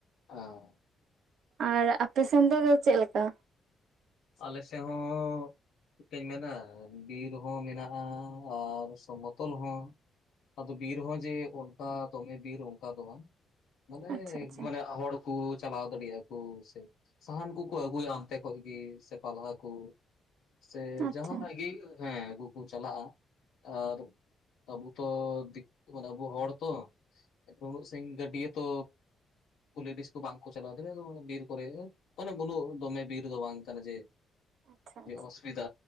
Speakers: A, on the left; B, on the right.
A: ᱟᱸ
B: ᱟᱨ ᱟᱯᱮ ᱥᱮᱱ ᱫᱚ ᱪᱮᱫ ᱞᱮᱠᱟ?
A: ᱟᱞᱮ ᱥᱮᱫ ᱦᱚᱸ ᱪᱮᱫᱠᱟᱧ ᱢᱮᱱᱟ ᱵᱤᱨ ᱦᱚᱸ ᱢᱮᱱᱟᱜᱼᱟ ᱟᱨ ᱥᱚᱢᱚᱛᱚᱞ ᱦᱚᱸ ᱟᱫᱚ ᱵᱤᱨ ᱦᱚᱸ ᱡᱮ ᱚᱱᱠᱟ ᱫᱚᱢᱮ ᱵᱤᱨ ᱚᱱᱠᱟ ᱫᱚ ᱵᱟᱝ ᱢᱟᱱᱮ
B: ᱟᱪᱪᱷᱟ ᱟᱪᱪᱷᱟ
A: ᱢᱟᱱᱮ ᱟᱣᱟᱲ ᱠᱩ ᱪᱟᱞᱟᱣ ᱫᱟᱲᱮᱭᱟᱜᱼᱟ ᱠᱩ ᱥᱮ ᱥᱟᱦᱟᱱ ᱠᱚᱠᱚ ᱟᱹᱜᱩᱭᱟ ᱚᱱᱛᱮ ᱠᱷᱚᱡ ᱜᱤ ᱥᱮ ᱯᱟᱞᱦᱟ ᱠᱚ ᱥᱮ
B: ᱟᱪᱪᱷᱟ
A: ᱡᱟᱦᱟᱸᱱᱟᱜ ᱜᱤ ᱦᱮᱸ ᱟᱹᱜᱩ ᱠᱚ ᱪᱟᱞᱟᱜᱼᱟ ᱟᱨ ᱟᱵᱩᱛᱚ ᱫᱤᱠᱩ ᱢᱟᱱᱮ ᱟᱵᱚ ᱦᱚᱲ ᱛᱚ ᱩᱱᱟᱹᱜ ᱥᱟᱺᱜᱤᱧ ᱜᱟᱹᱰᱭᱟᱹ ᱛᱚ ᱞᱮᱰᱤᱥ ᱠᱚ ᱵᱟᱝ ᱠᱚ ᱪᱞᱟᱣ ᱫᱟᱲᱮᱭᱟᱜ ᱵᱤᱨ ᱠᱚᱨᱮ ᱢᱟᱱᱮ ᱵᱚᱞ ᱫᱚᱢᱮ ᱵᱤᱨ ᱫᱚ ᱵᱟᱝ ᱠᱟᱱᱟ ᱡᱮ
B: ᱟᱪᱪᱷᱟ ᱟᱪᱪᱷᱟ
A: ᱚᱥᱩᱵᱤᱫᱷᱟ